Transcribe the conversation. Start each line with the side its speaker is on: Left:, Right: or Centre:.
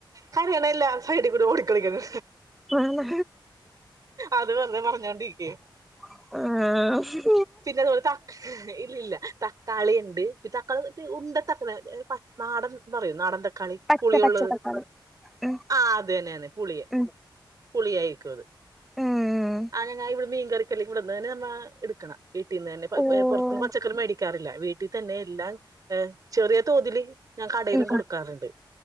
Right: കരയണെല്ല സൈഡിൽ കൂടി ഓടി കളിക്കണ്
Centre: ആണോ
Right: അതുപറഞ്ഞെ മറഞ്ഞ് കണ്ടിക്കെ
Centre: ആ
Right: പിന്നദോ തക്ക് ഇല്ല ഇല്ല തക്കാളിണ്ട് പി തക്കാളിന്ന് വെച്ച ഉണ്ടതക്കാളി പച് നാടൻ പറയും നാടൻ തക്കാ ക്കാളി
Centre: പച്ച
Right: പുളിയൊള്ളത്
Centre: പച്ച തക്കാളി ഉം
Right: ആ അതന്നെ പുളി
Centre: ഉം
Right: പുളിയാരിക്കും അത്
Centre: ഉം
Right: ആ ഞങ്ങ ഇവിടെ മീൻ കറിക്കെല്ലാം ഇവടുന്നാനമ്മ എടുക്കണേ വീട്ടീന്നന്നെ പ്പ
Centre: ഓഹ്
Right: ഏ പൊറത്ത്ന്ന്‌ പച്ചക്കറി മേടിക്കാറില്ല വീട്ടിത്തന്നെ എല്ലാം ഏ ചെറിയ തോതില് ഞാൻ കടേലും
Centre: ഉം
Right: കൊടുക്കാറുണ്ട്
Centre: ഉം